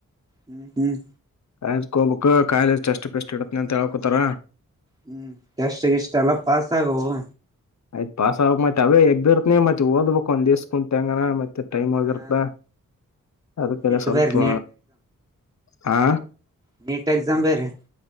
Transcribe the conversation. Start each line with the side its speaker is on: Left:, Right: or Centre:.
Right: ಹ್ಮ್ ಹ್ಮ್
Left: ಕಾಲೇಜ ಹೋಗ್ಬೇಕ ಕಾಲೆಜ ಟೆಸ್ಟ್ ಪೆಟ್ ಇಡತ್ತನಿ ಅಂತ ಹಳ್ಕೋತಾರ
Right: ಹ್ಮ್ ಟಸ್ಟ್ ಗ ಗಿಷ್ಟ ಎಲ್ಲ ಪಾಸ್ ಆಗುವವು
Left: ಆಯ್ತ್ ಪಾಸ ಆಗ ಮತ್ತತ್ ಅವೇ ಎಬ್ಬಿರ್ತನನೆ ಮತ್ ಓದ್ಬೇಕಕ್ ಒಂದ್ಸ ಕುೂಂತಂಗಣ ಮತ್ತತ್ ಟೈಮ್ ಆಗಿರ್ತಾ
Right: ಹಾ
Left: ಅದಕ್ಕೆಲ್ಲ
Right: ನೀಟ್
Left: ಸ್ವಲ್ಪ
Right: ಬೇರೆ
Left: ಹಾ
Right: ನ ನೀಟ್ ಎಕ್ಸಾಮ ಬೇರೆ